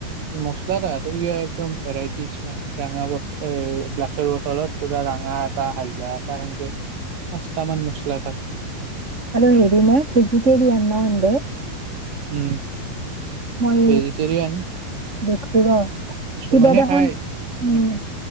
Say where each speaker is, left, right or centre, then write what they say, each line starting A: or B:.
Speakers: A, on the right; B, on the right.
A: মচলা তাহাতৰ ক একদম ভেৰাইটিজ মানে ৰঙা ব গ্লাছৰ বটলত পুৰা ৰঙা এটা হালধা এটা সেনেকে পাঁচটামান মছলা থাক।
B: হেল্ল, ' হেৰিনাজি। দেৰিয়া ন এন্ত।
A: উম
B: মই।
A: ভেজিটেৰিয়ান
B: দেখছো ৰ।
A: কিছুমানে
B: কি দো দেখোন
A: খায় কিছুমানে
B: উম
A: নাখায়